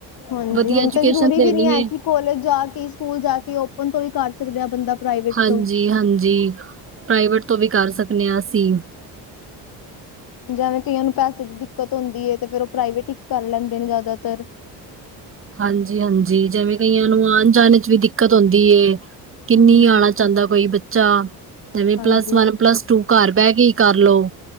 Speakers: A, on the left; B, on the right.
A: ਹਾਂਜੀ,
B: ਵਧੀਆ
A: ਹੁਣ
B: ਐਜਕੇਸ਼ਨ
A: ਤੇ ਜ਼ਰੂਰੀ
B: ਦੇਣੀ
A: ਵੀ ਨੀ ਹੈ
B: ਏ।
A: ਕਿ ਕੋਲਜ ਜਾ ਕੇ ਸਕੂਲ ਜਾ ਕੇ ਓਪਨ ਤੋਂ ਹੀ ਕਰ ਸਕਦੇ ਹਾਂ ਬੰਦਾ। ਪ੍ਰਾਈਵੇਟ
B: ਹਾਂਜੀ
A: ਤੋਂ।
B: -ਹਾਂਜੀ ਪ੍ਰਾਈਵੇਟ ਤੋਂ ਵੀ ਕਰ ਸਕਦੇ ਹਾਂ ਅਸੀਂ।
A: ਜਿਵੇਂ ਕਈਆਂ ਨੂੰ ਪੈਸੇ ਦੀ ਦਿੱਕਤ ਹੁੰਦੀ ਹੈ। ਤੇ ਫੇਰ ਉਹ ਪ੍ਰਾਈਵੇਟ ਹੀ ਕਰ ਲੈਂਦੇ ਨੇ ਜ਼ਿਆਦਾਤਰ।
B: ਹਾਂਜੀ -ਹਾਂਜੀ ਜਿਵੇਂ ਕਈਆਂ ਨੂੰ ਆਉਣ ਜਾਣ ਚ ਵੀ ਦਿੱਕਤ ਆਉਂਦੀ ਹੈ। ਕਿੰਨੀ
A: ਹੂੰ,
B: ਆਉਣਾ ਚਾਹੁੰਦਾ ਕੋਈ ਬੱਚਾ ਜਿਵੇਂ
A: ਹਾਂਜੀ,
B: ਪਲੱਸ ਵਨ ਪਲੱਸ ਟੂ ਘਰ ਬਹਿ ਕੇ ਹੀ ਕਰ ਲ